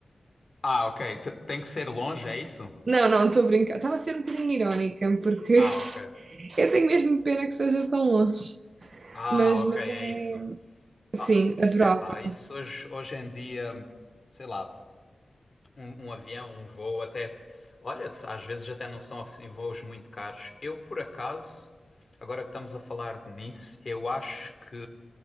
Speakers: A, on the left (about 45°); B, on the right (about 60°).
A: Ah, ok. T- tem que ser longe, é isso?
B: Não, não, estou a brincar. Estava a ser um bocadinho irónica, porque
A: Ah,
B: <laughs>
A: ok.
B: eu tenho mesmo pena que seja tão longe.
A: Ah,
B: Mas,
A: ok,
B: mas
A: é
B: é.
A: isso.
B: Sim,
A: Ah,
B: adorava.
A: é pá, isso hoje, hoje em dia, sei lá, um, um avião, um voo até. Olha, tss, às vezes até não são assim voos muito caros. Eu, por acaso, agora que estamos a falar nisso, eu acho que